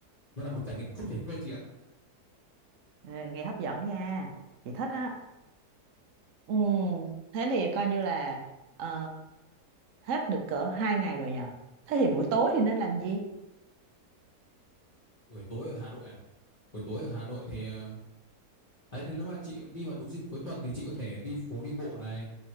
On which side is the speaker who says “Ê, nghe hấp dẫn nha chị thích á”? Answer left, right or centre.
Right